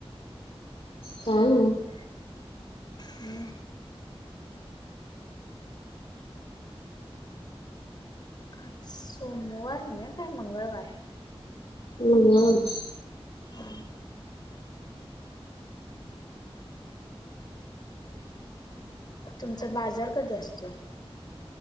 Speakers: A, on the left (about 75°); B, on the left (about 45°).
A: काय माहित
B: हम आज सोमवार नहे काय मंगळवार
A: हम्
B: आ तुमचा बाजार कधी असतोय.